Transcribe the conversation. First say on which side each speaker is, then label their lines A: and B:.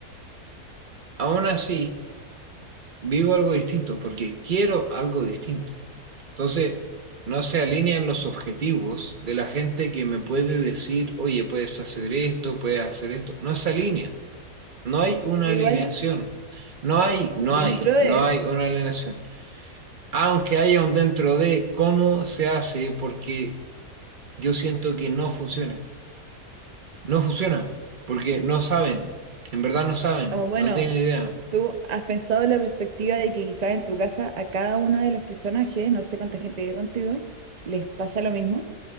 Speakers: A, on the right (about 40°); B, on the right (about 80°).
A: Aún así vivo algo distinto porque quiero algo distinto. Entonces, no se alinean los objetivos de la gente que me puede decir, oye, puedes hacer esto, puedes hacer esto. No se alinea. No hay una
B: pero
A: alineación.
B: igual
A: No hay, no
B: dentro
A: hay,
B: de,
A: no hay una alineación. Aunque haya un dentro de cómo se hace, porque yo siento que no funciona. No funciona, porque no saben. En verdad no saben,
B: o bueno,
A: no tienen idea.
B: tú has pensado en la perspectiva de que quizás en tu casa a cada uno de los personajes, no sé cuánta gente vive contigo, les pasa lo mismo.